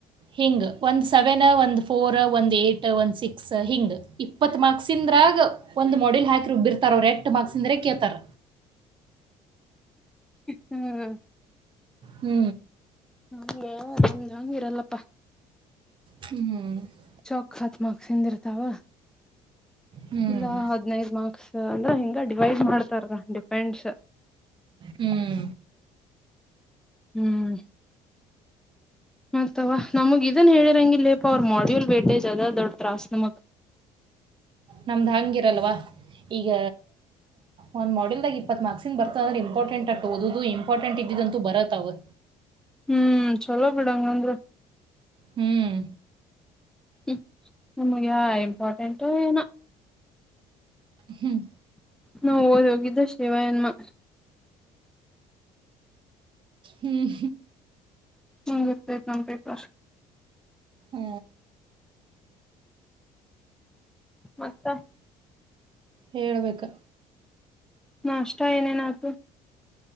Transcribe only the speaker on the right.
ಹಿಂಗ ಒಂದ್ ಸೆವೆನ್ ಒಂದ್ ಫೋರ್ ಒಂದ್ ಏಟ್ ಒಂದ್ ಸಿಕ್ಸ್ ಹಿಂಗ್ ಇಪ್ಪತ್ ಮಾರ್ಕ್ಸಿಂದ್ರಗ. ಒಂದ್ ಮಾಡಿಲ್ ಹಾಕಿ ರುಬ್ಬೀರ್ತಾರೆ ಅವರ್ ಎಂಟ್ ಮಾರ್ಕ್ಸ್ ಅಂದ್ರೆ ಕೇಳ್ತಾರ
ಹು...
ಹ್ಮಞ <inaudible>
ಹ್ಮ್
ಹ್ಮ್
ನಮ್ದು ಹಿರಲ್ವಾ ಈಗ ಒಂದ್ ಮಾಡೆಲ್ದಾಗ ಇಪ್ಪತರ್ಕ್ಸನ್ ಬರ್ತದಂದ್ರೆ ಇಂಪಾರ್ಟೆಂಟ್ ಅಟ್ ಓದದು ಇಂಪಾರ್ಟೆಂಟ್ ಇದಿದ ಅಂತ ಬರತ್ ಅವವು
ಹ್ಮ್
ಹ್ಮ್
ಹ್ಮ್
ಹ್ಮ
ಹೇಳ್ಬೇಕು